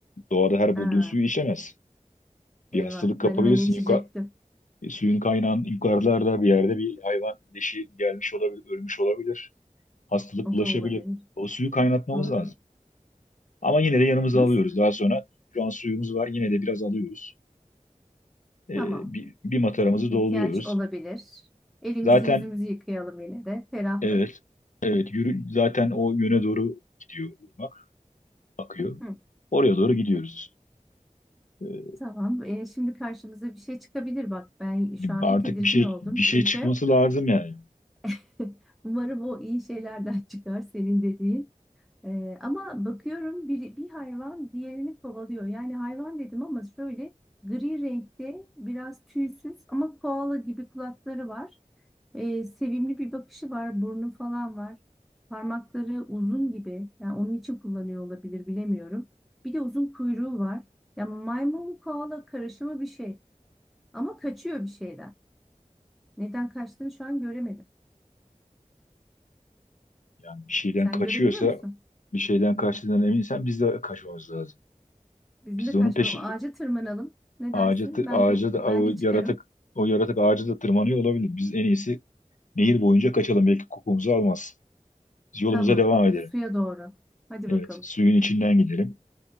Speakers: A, on the left; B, in the centre.
A: Doğada her bulduğun
B: Aa,
A: suyu içemezsin. Bir
B: eyvah.
A: hastalık kapabilirsin.
B: Ben hemen içecektim.
A: Yuka, e, suyun kaynağın yukarılarda bir yerde bir hayvan leşi gelmiş olabilir, ölmüş olabilir. Hastalık
B: O
A: bulaşabilir.
B: da olabilir.
A: O suyu kaynatmamız
B: Doğru.
A: lazım. Ama yine de yanımıza
B: Nasıl?
A: alıyoruz. Daha sonra şu an suyumuz var. Yine de biraz alıyoruz. E,
B: Tamam.
A: bir, bir mataramızı
B: İhtiyaç
A: dolduruyoruz.
B: olabilir. Elimizi
A: Zaten
B: yüzümüzü yıkayalım yine de. Ferahlık.
A: evet, evet yürü, zaten o yöne doğru gidiyor ırmak, akıyor.
B: Hı.
A: Oraya doğru gidiyoruz. E,
B: Tamam. E, şimdi karşımıza bir şey çıkabilir. Bak ben şu an
A: artık
B: bir tedirgin
A: bir şey
B: oldum.
A: bir şey
B: Çünkü
A: çıkması lazım yani.
B: <laughs> umarım o iyi şeylerden çıkar senin dediğin. Ee, ama bakıyorum bir, bir hayvan diğerini kovalıyor. Yani hayvan dedim ama şöyle gri renkte biraz tüysüz ama koala gibi kulakları var. Ee, sevimli bir bakışı var, burnu falan var. Parmakları uzun gibi. Yani onun için kullanıyor olabilir bilemiyorum. Bir de uzun kuyruğu var. Yani maymun koala karışımı bir şey. Ama kaçıyor bir şeyden. Neden kaçtığını şu an göremedim.
A: Yani bir şeyden
B: Sen
A: kaçıyorsa,
B: görebiliyor musun?
A: bir şeyden kaçtığından eminsen biz de kaçmamız lazım.
B: Bizim
A: Biz
B: de
A: de onun
B: kaçmıyor.
A: peşi
B: Ağaca tırmanalım. Ne
A: ağaca
B: dersin?
A: tı-
B: Ben
A: ağaca
B: de
A: da
B: ben
A: o
B: de çıkarım.
A: yaratık o yaratık ağaca da tırmanıyor olabilir. Biz en iyisi nehir boyunca kaçalım. Belki kokumuzu almaz. Biz yolumuza
B: Tamam.
A: devam edelim.
B: Suya doğru. Hadi
A: Evet,
B: bakalım.
A: suyun içinden gidelim.